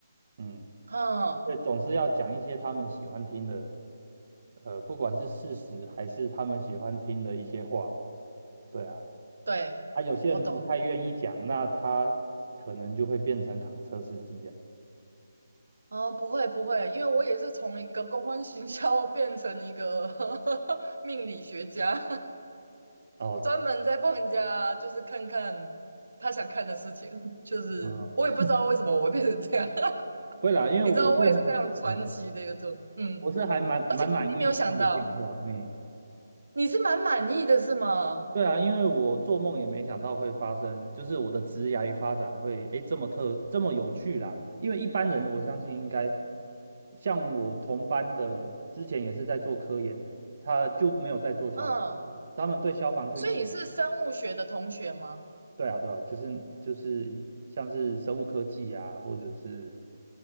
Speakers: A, on the right (about 40°); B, on the right (about 75°).
A: 嗯，
B: 嗯，
A: 对，总是要讲一些他们喜欢听的，呃，不管是事实还是他们喜欢听的一些话，对啊，
B: 对，
A: 啊，有些人不太愿意讲，
B: 我懂。
A: 那他可能就会变成卡车司机啊。
B: 哦，不会不会，因为我也是从一个公关行销变成一个 <laughs> 命理学家。
A: 哦，
B: 专门在帮人家，就是看看他想看的事情，<laughs> 就是我也不知道为什么我会变成这样，
A: 嗯
B: <laughs>
A: 不会啦，因为我是还，
B: 你知道我也是非常传奇的一个状，
A: 嗯，
B: 嗯，
A: 我是还蛮蛮满意这样的变化，
B: 而且你一定没有想到，
A: 嗯。
B: 你是蛮满意的是吗？
A: 对啊，因为我做梦也没想到会发生，就是我的职涯发展会诶这么特这么有趣啦。因为一般人我相信应该像我同班的，之前也是在做科研的，他就没有在做消防，
B: 嗯，
A: 他们对消防就一无，
B: 所以你是生物学的同学吗？
A: 对啊对啊，就是就是像是生物科技啊，或者是